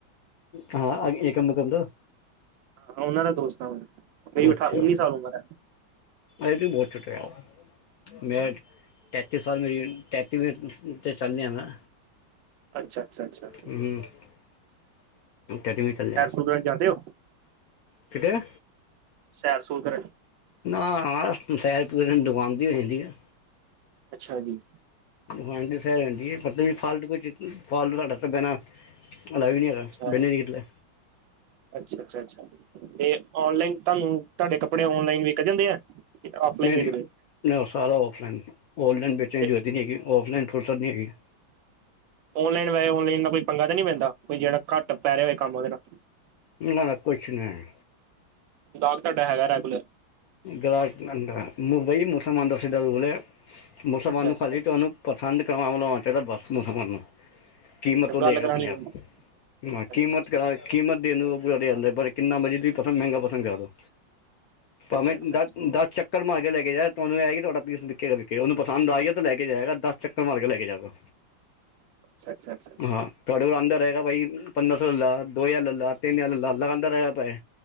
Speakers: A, on the left; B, on the right.
A: ਹਾਂ ਆਗੀ ਏਕਮ ਮੁਕੰਦ
B: ਹਾਂ ਓਨਾਂ ਦਾ ਦੋਸਤ ਆ ਮੈਂ ਮੇਰੀ ਉਠਾ
A: ਅੱਛਾ,
B: ਉੱਨੀ ਸਾਲ ਉਮਰ ਹੈ।
A: ਅਜੇ ਤੂੰ ਬਹੁ ਛੋਟੈਂ। ਮੈਂ ਤੇਤੀ ਸਾਲ ਮੇਰੀ ਤੈਂਤੀ ਤੇ ਚੱਲ ਰਿਹਾ ਹਾਂ ਵਾਂ।
B: ਅੱਛਾ ਅੱਛਾ ਅੱਛਾ
A: ਹੂੰ ਤੇਤੀ ਵੀ ਚਲਿਆ ਰਿਆ
B: ਗੁਰਦਵਾਰੇ ਜਾਂਦੇ ਓ?
A: ਕਿਧਰ
B: ਸੈਰ ਸੂਰ ਕਰਨ।
A: ਨਾ ਸੈਰ ਪੂਰਾ ਦਿਨ ਦੁਕਾਨ ਤੇ ਹੋ ਜਾਂਦੀ ਆ।
B: ਅੱਛਾ ਜੀ।
A: ਹਾਂਜੀ ਸੈਰ ਹੋ ਜਾਂਦੀ ਏ ਮਤਲਬ ਫਾਲਤੂ ਕੋਈ ਫਾਲਤੂ ਸਾਡਾ ਤੇ ਬਹਿਣਾ ਮਤਲਬ ਵੀ ਨੀ ਹੈਗਾ। ਬਹਿੰਦੇ
B: ਅੱਛਾ,
A: ਨਹੀਂ ਕਿਤੇ
B: ਅੱਛਾ, ਅੱਛਾ, ਅੱਛਾ ਫੇਰ ਓਨਲਾਈਨ ਤੁਹਾਨੂੰ ਤੁਹਾਡੇ ਕੱਪੜੇ ਓਨਲਾਈਨ ਵਿਕ ਜਾਂਦੇ ਆ ਕਿ ਓਫਲਾਈਨ
A: ਨਹੀਂ
B: ਵਿਕਦੇ।
A: ਨਹੀਂ ਉਹ ਸਾਰਾ ਔਫਲਾਈਨ ਔਨਲਾਈਨ ਬੇਚਨ
B: ਤੇ
A: ਦੀ ਜਰੂਰਤ ਨਹੀਂ ਹੈਗੀ ਔਫਲਾਈਨ ਫੁਰਸਤ ਨਹੀਂ ਹੈਗੀ।
B: ਓਨਲਾਈਨ ਵੈਹੇ ਹੁਣ ਇਨਾ ਕੋਈ ਪੰਗਾ ਤਾਂ ਨੀ ਪੈਂਦਾ ਕੋਈ ਜਿਹੜਾ ਘੱਟ ਪੈ ਰਿਹਾ ਹੋਏ ਕੰਮ ਉਹਦੇ ਨਾਲ,
A: ਨਾ, ਨਾ ਕੁਛ ਨਹੀਂ।
B: ਗਾਹਕ ਤੁਹਾਡਾ ਹੈਗਾ ਰੈਗੂਲਰ।
A: ਗਾਹਕ ਆਂਦਾ ਮੁਬਈ ਮੁਸਲਮਾਨ ਦਾ ਸਿੱਧਾ ਰੋਲ ਏ, ਮੁਸਲਮਾਨ
B: ਅੱਛਾ
A: ਨੂੰ
B: ਅੱਛਾ
A: ਖਾਲੀ ਤੁਹਾਨੂੰ ਪਸੰਦ ਕਰਵਾਉਣਾ ਚਾਹੀਦਾ ਬਸ ਮੁਸਲਮਾਨ ਨੂੰ। ਕੀਮਤ
B: ਅੱਛਾ
A: ਓ
B: ਗੱਲ
A: ਦਏਗਾ
B: ਕਰਾਣੀ
A: ਆਪਣੇ ਆਪ
B: ਹੋਣੀ।
A: ਹਾਂ
B: ਅੱਛਾ
A: ਕੀਮਤ
B: ਅੱਛਾ
A: ਕਿਹੜਾ, ਕੀਮਤ ਦੇਣ ਨੂੰ ਪੂਰਾ ਤਿਆਰ ਰਹਿੰਦਾ ਪਰ ਕਿੰਨਾ ਤੁਸੀ ਪਸੰਦ ਮਹਿੰਗਾ ਪਸੰਦ ਕਰਾ ਦੋ ਭਾਵੇਂ
B: ਅੱਛਾ ਅੱਛਾ
A: ਦ
B: ਅੱਛਾ
A: ਦਸ ਚ ਚੱਕਰ ਮਾਰ ਕੇ ਲੈ ਕੇ ਜਾਏ ਤੁਹਾਨੂੰ ਇਹ ਹੈ ਕਿ ਤੁਹਾਡਾ ਪੀਸ ਵਿਕੇੇਗਾ ਵਿਕੇਗਾ ਓਹਨੂੰ ਪਸੰਦ ਆ ਗਿਆ ਤਾਂ ਲੈ ਜਾਏਗਾ ਦਸ ਚੱਕਰ ਮਾਰ ਕੇ ਲੈ ਕੇ ਜਾਊਗਾ।
B: ਅੱਛਾ, ਅੱਛਾ, ਅੱਛਾ।
A: ਹਾਂ ਤੁਹਾਡੇ ਕੋਲ ਆਂਦਾ ਰਹੇਗਾ ਭਾਈ ਪੰਦਰ ਸੌ ਲੇਲਾ, ਦੋ ਹਜ਼ਾਰ ਲੇਲਾ, ਤਿੰਨ ਯਾਰ ਲੇਲਾ ਲਗਾਉਂਦਾ ਰਹੇਗਾ ਪੈਹੈ।